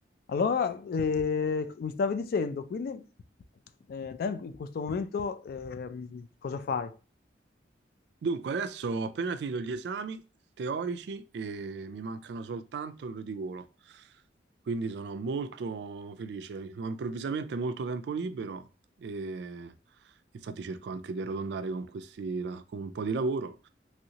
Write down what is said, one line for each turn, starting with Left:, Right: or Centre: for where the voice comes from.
Left: Allora, eh, mi stavi dicendo, quindi eh, te in questo momento ehm, cosa fai?
Right: Dunque, adesso ho appena finito gli esami teorici e mi mancano soltanto quelli di volo, quindi sono molto felice. Ho improvvisamente molto tempo libero e infatti cerco anche di arrotondare con questi, con un po' di lavoro.